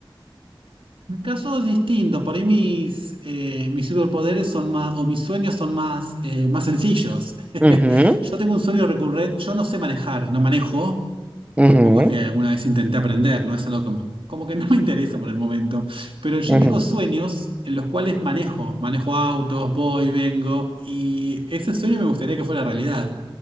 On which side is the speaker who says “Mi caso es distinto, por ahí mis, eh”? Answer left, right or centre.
Right